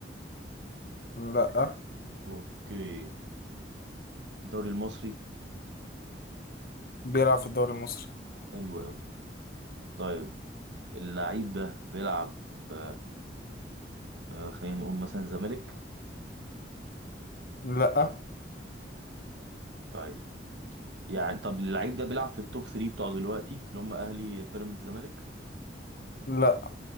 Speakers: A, on the left; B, on the right.
A: لا
B: اوكي الدوري المصري
A: بيلعب في الدوري المصري
B: حلو قوي طيب اللعيب ده بيلعب في آه خلينا نقول مثلا الزمالك
A: لا
B: طيب يعني طب اللعيب ده بيلعب في التوب 3 بتوع دلوقتي اللي هم اهلي بيراميدز الزمالك
A: لا